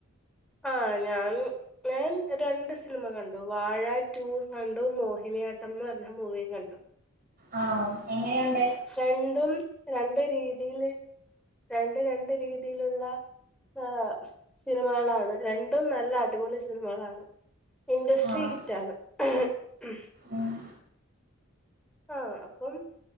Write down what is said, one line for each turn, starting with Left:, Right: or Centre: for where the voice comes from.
Centre: ആഹ് ഞാൻ ഞാൻ രണ്ട് സിനിമ കണ്ടു വാഴ ടു വൺ മോഹിനിയാട്ടം എന്ന് പറഞ്ഞ മൂവിയും കണ്ടു.
Right: ആണോ എങ്ങനെയുണ്ട്
Centre: രണ്ടും രണ്ട് രീതിയില് രണ്ട് രണ്ട് രീതിയിലുള്ള ഏഹ് സിനിമകളാണ്, രണ്ടും നല്ല അടിപൊളി സിനിമകളാണ്. ഇൻഡസ്ട്രി
Right: ആഹ്
Centre: ഹിറ്റാണ് ഉം
Right: ഉം
Centre: ആഹ് അപ്പം